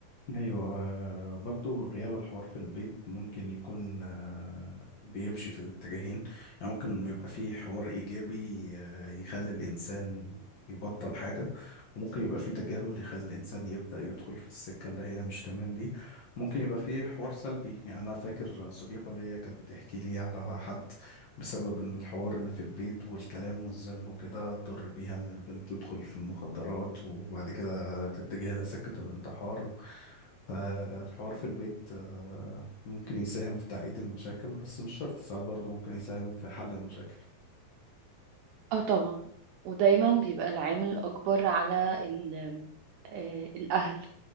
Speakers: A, on the left; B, on the right.
A: ايوه آه، برضه غياب الحوار في البيت ممكن يكون آه، بيمشي في الاتجاهين يعني ممكن يبقى فيه حوار ايجابي آه، يخلي الانسان يبطل حاجة وممكن يبقى فيه تجاهل يخلي الانسان يبدأ يدخل في السكة اللي هي مش تمام دي ممكن يبقى فيه حوار سلبي يعني انا فاكر صديقة ليا كانت بتحكي لي على حد بسبب ان الحوار اللي في البيت والكلام والزن وكده اضطر بيها ان البنت تدخل في المخدرات وبعد كده تتجه لسكة الانتحار فالحوار في البيت آه، ممكن يساهم في تعقيد المشاكل بس مش شرط ساعات برضه ممكن يساهم في حل المشاكل
B: اه طبعا ودايما بيبقى العامل الأكبر على ال- آه، الأهل